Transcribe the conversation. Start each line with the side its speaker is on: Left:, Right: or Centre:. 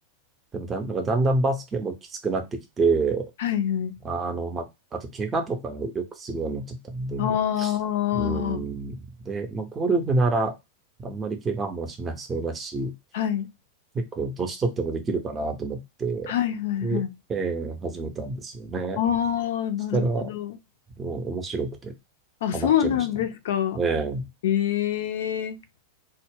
Right: でもだん、なんかだんだんバスケもきつくなってきて、
Left: はいはい。
Right: あの、まあ、あと怪我とかよくするようになっちゃったんで、
Left: ああ、
Right: うん。で、まあ、ゴルフならあんまり怪我もしなそうだし、
Left: はい。
Right: 結構年取ってもできるかなと思って、
Left: はいはいはい。
Right: で、えー始めたんですよね。
Left: ああ、なるほど。
Right: そしたら、もう面白くて
Left: あ、
Right: ハマっちゃいましたね。
Left: そうなんですか。
Right: ええ
Left: ええ